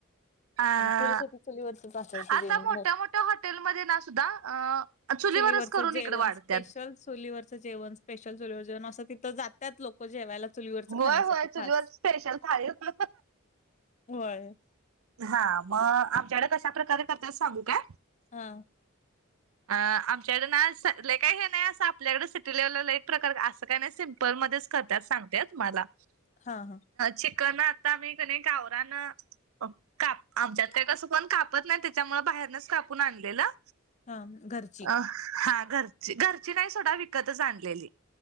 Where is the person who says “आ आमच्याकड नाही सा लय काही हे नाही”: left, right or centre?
Right